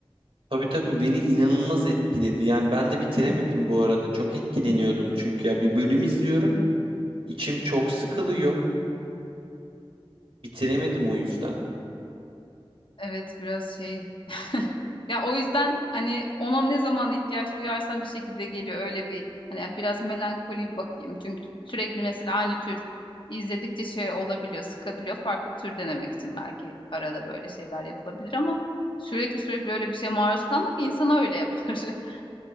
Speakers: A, on the right; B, on the left.
A: Tabii tabii beni inanılmaz etkiledi. Yani ben de bitiremedim bu arada. Çok etkileniyordum çünkü ya bir bölüm izliyorum, içim çok sıkılıyor. Bitiremedim o yüzden.
B: Evet biraz şey Ya o yüzden hani ona ne zaman ihtiyaç duyarsam bir şekilde geliyor öyle bir hani biraz melankoli bir bakayım. Çünkü sürekli mesela aynı tür izledikçe şey olabiliyor, sıkabiliyor. Farklı tür denemek için belki arada böyle şeyler yapılabilir ama sürekli sürekli öyle bir şeye maruz kalmak insanı öyle yapar. <laughs>